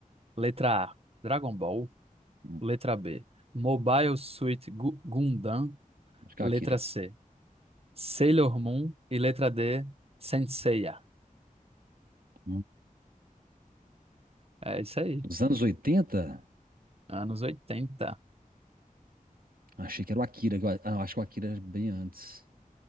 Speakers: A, on the right (about 45°); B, on the right (about 85°).
A: Letra A, Dragon Ball.
B: hum,
A: Letra B, Mobile Suit Gu- Gundam.
B: acho que
A: Letra
B: é o Akira.
A: C, Sailor Moon. E letra D, Senseiya.
B: Hum.
A: É isso aí.
B: Dos anos 80,
A: Anos oitenta,
B: achei que era o Akira. Eu a- Ah, eu acho que o Akira era bem antes.